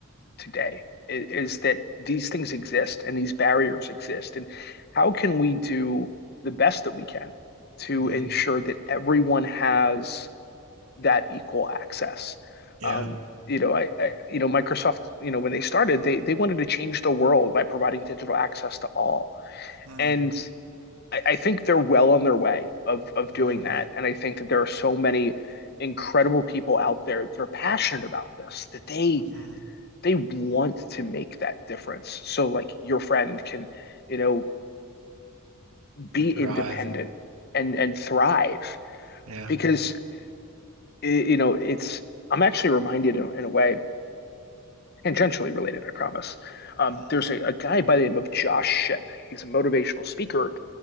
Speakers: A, on the left; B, on the right.
A: today i- is that these things exist and these barriers exist. And how can we do the best that we can to
B: Mm,
A: ensure that everyone has that equal access.
B: yeah.
A: Um, you know, I, I, you know, Microsoft, you know, when they started, they they wanted to change the world by providing digital access to all,
B: Mm,
A: and I, I think they're well on their way of of
B: hmm
A: doing that. And I think that there are so many incredible people out there that are passionate about this that they
B: hmm
A: they want to make that difference. So like your friend can, you know, be
B: And thrive.
A: independent and and thrive
B: Yeah.
A: because you know it's. I'm actually reminded in, in a way tangentially related, I promise. Um,
B: Mm,
A: there's a, a guy by the name of Josh Ship. He's a motivational speaker,